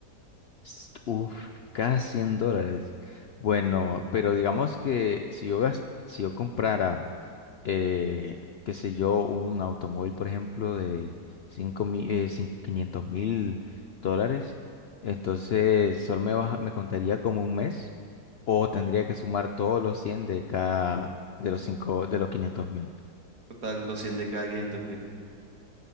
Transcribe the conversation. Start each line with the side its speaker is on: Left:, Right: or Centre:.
Left: S- Uf, cada 100 dólares. Bueno, pero digamos que si yo gas- si yo comprara eh, qué sé yo, un automóvil, por ejemplo, de cinco mil, eh, cin- 500 mil dólares, entonces solo me, baja- me contaría como un mes o tendría que sumar todos los 100 de cada, de los cinco, de los quinientos mil.
Right: Total, los cien de cada quinientos mil.